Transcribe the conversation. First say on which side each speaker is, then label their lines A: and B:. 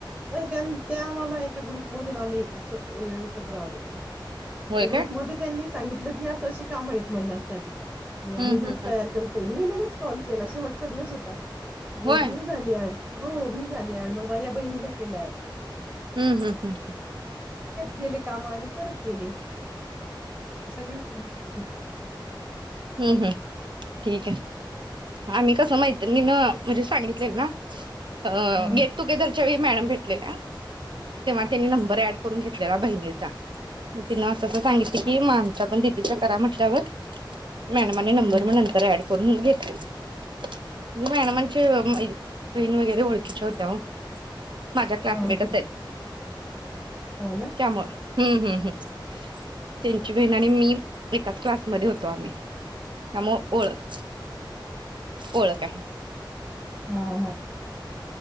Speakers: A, on the right; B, on the right.
A: नाही त्यां त्या मला एक ग्रुप मधून आम्ही असं एकत्र आलो.
B: होय
A: त्या ग्रुप
B: काय
A: म त्यांनी सांगितलं की असं शिक काम आहेत महिलांसाठी हम
B: हम्म
A: ग्रुप
B: हम्म
A: तयार
B: हम्म
A: करतोय मी लगेच कॉल ला शेवटचा दिवस होता, मग
B: होय
A: मी झाली एड हो मी झालीअड मग माझ्या बहिणीला केला अड
B: हम्म हम्म हम्म हम
A: गेले काम आणि करत गेले. सगळी कामं <inaudible>
B: हम्म हम् ठीक आहे. आम्ही कसं मैत्रीणीनं म्हणजे सांगितलेल ना अ
A: हा
B: गेट टुगेदर त्यावेळी मॅडम भेटलेल्या तेव्हा त्यांनी नंबर ऍड करून घेतलेला बहिणीचा मग तिन अस अस सांगितल की आमच्या पण दिदीचा करा म्हटल्यावर मॅडमानी नंबर
A: हा
B: मग नंतर ऍड करुन घेतली. तुला मॅडमाची म्हणज बहिण वगैरे ओळखीच्या होत्या ओ माझ्या क्लासमेटच
A: हा हा
B: आहेत
A: हो ना
B: त्यामुळं, हम्म हम् हम् त्यांची बहीण आणि मी एकाच क्लासमध्ये होत. होतो आम्ही त्यामुळे ओळख <inaudible> ओळख आहे.
A: हा हा